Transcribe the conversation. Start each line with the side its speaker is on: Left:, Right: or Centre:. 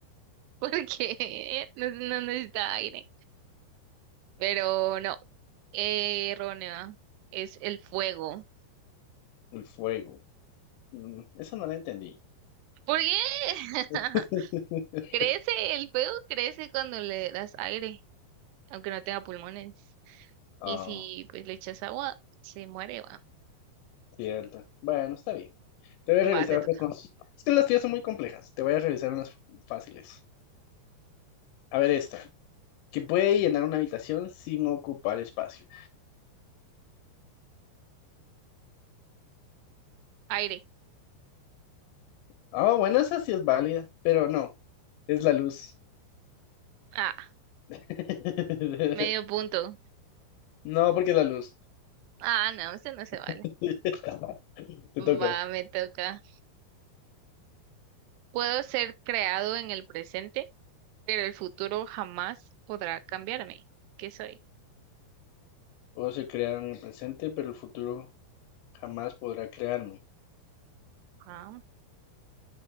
Right: <laughs> Porque no, no necesita aire. Pero no, eh, errónea. Es el fuego.
Left: El fuego. Mm, esa no la entendí.
Right: ¿Por qué? <laughs>
Left: <laughs>
Right: Crece, el fuego crece cuando le das aire, aunque no tenga pulmones.
Left: Ah,
Right: Y si pues le echas agua, se muere, va.
Left: cierto. Bueno, está bien. Te voy a realizar
Right: Va, te
Left: unas
Right: toca.
Left: cons- Es que las tías son muy complejas. Te voy a realizar unas fáciles. A ver esta. Que puede llenar una habitación sin ocupar espacio.
Right: Aire.
Left: Ah, bueno, esa sí es válida, pero no, es la luz.
Right: Ah,
Left: <laughs>
Right: medio punto.
Left: No, porque es la luz.
Right: Ah, no, eso no se vale.
Left: <laughs> Te toca.
Right: Va, me toca. Puedo ser creado en el presente, pero el futuro jamás podrá cambiarme. ¿Qué soy?
Left: Puedo ser creado en el presente, pero el futuro jamás podrá crearme.
Right: Ah,